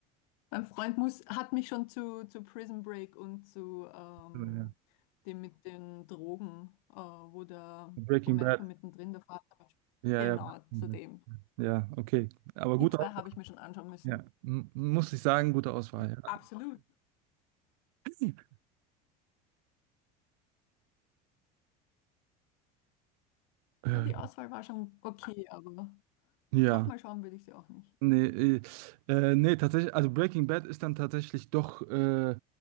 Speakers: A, on the left (about 80°); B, on the right (about 80°).
A: Mein Freund muss, hat mich schon zu, zu Prison Break und zu ähm,
B: Ja. ja.
A: dem mit den Drogen, äh, wo der
B: Breaking
A: von Malcolm
B: Bad.
A: mittendrin der Vater mitspielt.
B: Ja,
A: Genau,
B: ja, Breaking
A: zu
B: Bad.
A: dem.
B: Ja, okay. Aber gute
A: Die zwei
B: Auswahl.
A: habe ich mir schon anschauen müssen.
B: Ja, M muss ich sagen, gute Auswahl.
A: I- Absolut.
B: Ja. <laughs> Äh,
A: Ja, die Auswahl war schon okay, aber
B: ja.
A: nochmal schauen würde ich sie auch nicht.
B: Nee, äh, äh, nee, tatsächlich, also Breaking Bad ist dann tatsächlich doch, äh,